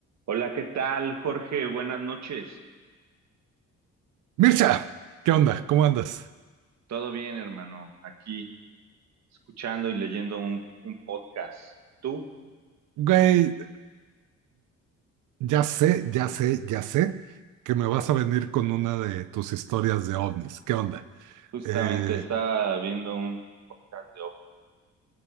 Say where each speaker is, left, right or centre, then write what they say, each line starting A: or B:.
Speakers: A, on the right (about 65°); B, on the right (about 85°).
A: Hola, ¿qué tal, Jorge? Buenas noches.
B: Mircha, ¿qué onda? ¿Cómo andas?
A: ¿Todo bien, hermano? Aquí escuchando y leyendo un, un podcast. Tú
B: Güey, ya sé, ya sé, ya sé que me vas a venir con una de tus historias de ovnis. ¿Qué onda?
A: justamente
B: Eh,
A: estaba viendo un podcast de OP.